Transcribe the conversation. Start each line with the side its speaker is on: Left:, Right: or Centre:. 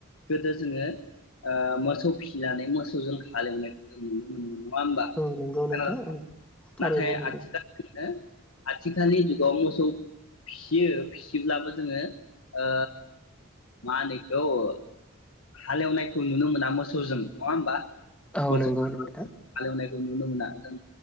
Left: गोदो जोङो ओ मोसौ फिसिनानै मोसौजों हालेवनायखौ जों नुनो मोनोमोन नङा होमबा
Centre: औ नंगौ
Left: खोनादों नोंथां
Centre: औ थारैनो
Left: नाथाय
Centre: नंगौ
Left: आथिखालनि हो आथिखालनि जुगाव मोसौ फिसियो फिसिब्लाबो जोङो ओ मा होनो इखौ ओ हालेवनायखौ नुनो मोना मोसौजों नङा होमबा
Centre: औ
Left: मोसौ
Centre: नंगौ नोंथां
Left: हालेवनायखौ नुनो मोना जों